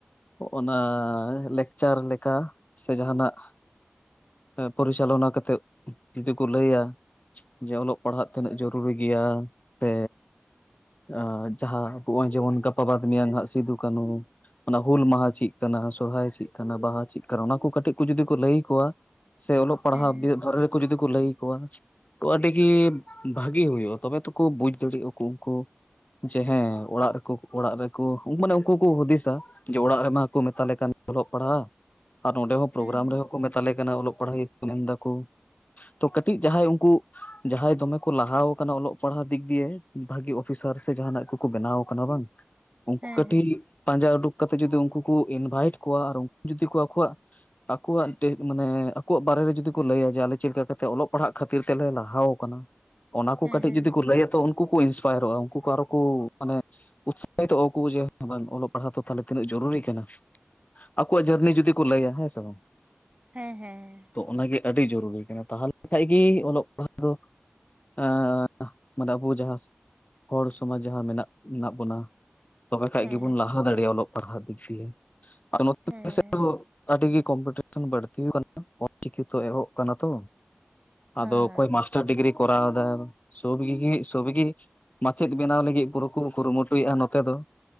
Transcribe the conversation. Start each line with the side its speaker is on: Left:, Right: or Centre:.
Left: ᱚᱱᱟ ᱞᱮᱠᱪᱟᱨ ᱞᱮᱠᱟ ᱥᱮ ᱡᱟᱦᱟᱱᱻᱟᱜ ᱮᱻ ᱯᱚᱨᱤᱪᱟᱞᱚᱱᱟ ᱠᱟᱛᱮᱜ ᱡᱩᱫᱤ ᱠᱚ ᱞᱟᱹᱭᱟ ᱡᱮ ᱚᱞᱚᱜ ᱯᱟᱲᱦᱟᱜ ᱛᱤᱱᱟᱹᱜ ᱡᱚᱨᱩᱨᱤ ᱜᱮᱭᱟ ᱛᱮ ᱟᱸᱻ ᱡᱟᱦᱟᱸ ᱠᱚ ᱵᱟᱝ ᱡᱮᱢᱚᱱ ᱜᱟᱯᱟ ᱵᱟᱫ ᱢᱮᱭᱟᱝ ᱦᱟᱜ ᱥᱤᱫᱩ- ᱠᱟᱹᱱᱩ ᱚᱱᱟ ᱦᱩᱞ ᱢᱟᱦᱟᱸ ᱪᱮᱫ ᱠᱟᱱᱟ, ᱥᱚᱨᱦᱟᱭ ᱪᱮᱫ ᱠᱟᱱᱟ, ᱵᱟᱦᱟ ᱪᱮᱫ ᱠᱟᱱᱟ ᱚᱱᱟ ᱠᱚ ᱠᱟᱹᱴᱤᱡ ᱠᱚ ᱡᱩᱫᱤ ᱠᱚ ᱞᱟᱹᱭ ᱟᱠᱚᱣᱟ᱾ ᱥᱮ ᱚᱞᱚᱜ ᱯᱟᱲᱦᱟᱜ
Right: ᱦᱮᱸ
Left: ᱵᱮ ᱨᱮᱠᱚ ᱡᱩᱫᱤ ᱠᱚ ᱞᱟᱹᱭ ᱟᱠᱚᱣᱟ ᱛᱚ ᱟᱹᱰᱤᱜᱤ ᱵᱷᱟᱜᱤ ᱦᱩᱭᱩᱜᱼᱟ ᱵᱩᱡ ᱫᱟᱲᱮᱭᱟᱜᱼᱟ ᱠᱩ ᱩᱱᱠᱩ ᱡᱮ ᱦᱮᱸ ᱚᱲᱟᱜ ᱨᱮ ᱠᱚ, ᱚᱲᱟᱜ ᱨᱮ ᱠᱚ ᱢᱟᱱᱮ ᱩᱱᱠᱩ ᱠᱚ ᱦᱩᱫᱤᱥᱟ ᱡᱮ ᱚᱲᱟᱜ ᱨᱮᱢᱟ ᱠᱚ ᱢᱮᱛᱟᱞᱮ ᱠᱟᱱ ᱚᱞᱚᱜ ᱯᱟᱲᱦᱟᱜ ᱟᱨ ᱱᱚᱸᱰᱮ ᱦᱚᱸ ᱯᱨᱳᱜᱨᱟᱢ
Right: ᱦᱩᱸ
Left: ᱨᱮᱦᱚᱸ ᱠᱚ ᱢᱮᱛᱟᱞᱮ ᱠᱟᱱᱟ ᱚᱞᱚᱜ ᱯᱟᱲᱦᱟᱜ ᱢᱮᱱ ᱫᱟᱠᱚ ᱛᱚ, ᱠᱟᱹᱴᱤᱡ ᱡᱟᱦᱟᱸᱭ ᱩᱱᱠᱩ ᱡᱟᱦᱟᱸᱭ ᱫᱚᱢᱮ ᱠᱚ ᱞᱟᱦᱟᱣ ᱚᱞᱚᱜ ᱯᱟᱲᱦᱟᱜ ᱫᱤᱠ ᱫᱤᱭᱮ ᱵᱷᱟᱜᱤ ᱚᱯᱷᱤᱥᱟᱨ ᱥᱮ ᱡᱟᱦᱱᱟᱜ ᱠᱚᱻᱠᱚ ᱵᱮᱱᱟᱣ ᱠᱟᱱᱟ ᱵᱟᱝ? ᱩᱱᱠᱩ
Right: ᱦᱮᱸ
Left: ᱠᱟᱹᱴᱤᱡ
Right: ᱦᱮᱸ
Left: ᱯᱟᱸᱡᱟ ᱩᱰᱩᱠ ᱠᱛᱮᱫ ᱡᱚᱫᱤ ᱩᱱᱠᱩ ᱠᱚ ᱤᱱᱵᱷᱟᱭᱤᱴ ᱠᱚᱣᱟ ᱟᱨ ᱩᱱᱠᱩ ᱡᱚᱫᱤ ᱠᱚ ᱟᱠᱚᱣᱟᱜ ᱟᱠᱚᱣᱟᱜ ᱮᱱᱛᱮᱫ ᱢᱟᱱᱮ ᱟᱠᱚᱣᱟᱜ ᱵᱟᱨᱮ ᱨᱮ ᱡᱩᱫᱤᱳ ᱠᱚ ᱞᱟᱹᱭᱟ, ᱡᱮ ᱟᱞᱮ ᱪᱮᱫ ᱞᱮᱠᱟ ᱠᱟᱛᱮ ᱚᱞᱚᱜ ᱯᱟᱲᱦᱟᱜ ᱠᱷᱟᱹᱛᱤᱨ ᱛᱮ ᱞᱮ ᱞᱟᱦᱟᱣ ᱟᱠᱟᱱᱟ᱾ ᱚᱱᱟ ᱠᱚ
Right: ᱦᱮᱸ
Left: ᱠᱟᱹᱴᱤᱡ
Right: ᱦᱮᱸ
Left: ᱡᱩᱫᱤ ᱠᱩ ᱞᱟᱹᱭᱟ ᱛᱚ ᱩᱱᱠᱩ ᱠᱩ ᱤᱱᱥᱯᱟᱭᱟᱨᱚᱜᱼᱟ ᱩᱱᱠᱩ ᱠᱚ ᱟᱨᱚ ᱠᱚ ᱢᱟᱱᱮ ᱩᱛᱥᱟᱦᱤᱛᱚᱜᱼᱟ ᱟᱠᱚ ᱡᱮ ᱵᱟᱝ ᱚᱞᱚᱜ ᱯᱟᱲᱦᱟᱜ ᱫᱚ ᱛᱟᱦᱞᱮ ᱛᱤᱱᱟᱹᱜ ᱡᱚᱨᱩᱨᱤ ᱠᱟᱱᱟ ᱟᱠᱚᱣᱻᱟᱜ ᱡᱟᱹᱨᱱᱤ ᱡᱩᱫᱤ ᱠᱚ ᱞᱟᱹᱭᱟ ᱦᱮᱸ ᱥᱮ ᱵᱟᱝ᱾
Right: ᱦᱮᱸᱻᱦᱮᱸᱻᱦᱮᱸ
Left: ᱛᱚ ᱚᱱᱟ ᱜᱮ ᱟᱹᱰᱤ ᱡᱚᱨᱩᱨᱤ ᱠᱟᱱᱟ ᱛᱟᱦᱚᱞᱮ ᱠᱷᱟᱱ ᱜᱮ ᱚᱞᱚᱜ ᱯᱟᱲᱦᱟᱜᱻᱫᱚ ᱟᱸᱻ ᱢᱟᱱᱮ ᱟᱵᱩ ᱡᱟᱦᱟᱸ ᱦᱚᱲ ᱥᱚᱢᱟᱡᱽ ᱡᱟᱦᱟᱸ ᱢᱮᱱᱟᱜ ᱢᱮᱱᱟᱜ ᱵᱚᱱᱟ ᱛᱚᱵᱮ ᱠᱷᱟᱡ
Right: ᱦᱮᱸ
Left: ᱜᱮᱵᱚᱱ
Right: ᱦᱮᱸ
Left: ᱞᱟᱦᱟ ᱫᱟᱲᱮᱭᱟᱜᱼᱟ᱾ ᱚᱞᱚᱜ ᱯᱟᱲᱦᱟᱜ ᱫᱤᱠ ᱫᱤᱭᱮ ᱚᱛ ᱟᱨ ᱱᱚᱛᱮ
Right: ᱦᱮᱸ
Left: ᱟᱹᱰᱤ ᱜᱮ ᱠᱚᱢᱯᱤᱴᱤᱥᱚᱱ ᱵᱟᱹᱲᱛᱤ ᱟᱠᱟᱱᱟ ᱚᱞᱼᱪᱤᱠᱤ ᱛᱚ ᱮᱦᱚᱵ ᱟᱠᱟᱱᱟ ᱛᱚ ᱟᱫᱚ
Right: ᱦᱮᱸ ᱦᱮᱸ
Left: ᱚᱠᱚᱭ ᱢᱟᱥᱴᱟᱨ ᱰᱤᱜᱽᱨᱤ ᱠᱚᱨᱟᱣ ᱮᱫᱟ, ᱥᱚᱵᱤᱜ ᱥᱚᱵᱤᱜᱤ ᱢᱟᱪᱮᱫ ᱵᱮᱱᱟᱣ ᱞᱟᱹᱜᱤᱫ ᱯᱩᱨᱟᱹ ᱠᱚ ᱠᱩᱨᱩᱢᱩᱴᱩᱭᱮᱫᱼᱟ ᱱᱚᱛᱮ ᱫᱚ,